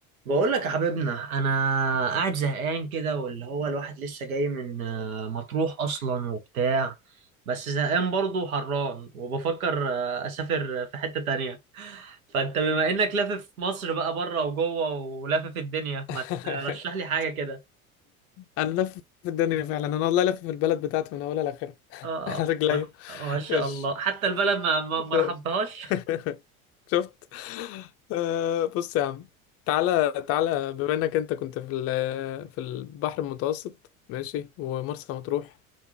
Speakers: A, on the right (about 70°); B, on the left (about 35°).
A: بقول لك يا حبيبنا انا قاعد زهقان كده واللي هو الواحد لسه جاي من آه، مطروح اصلا وبتاع بس زهقان برضه وحران وبفكر آه، اسافر في حتة تانية فانت بما انك لافف مصر بقى بره وجوه ولافف الدنيا ما
B: <laughs>
A: ترشح لي حاجة كده
B: انا لف في الدنيا فعلا انا والله لف في البلد بتاعتي من اولها لاخرها
A: اه
B: <laughs>
A: آه،
B: انا رجليا
A: ما ما شاء
B: مش
A: الله حتى البلد ما ما ما
B: ف...
A: رحمتهاش
B: <laughs> شفت آه بص يا عم تعالى تعالى بما انك انت كنت في ال- في البحر المتوسط ماشي ومرسى مطروح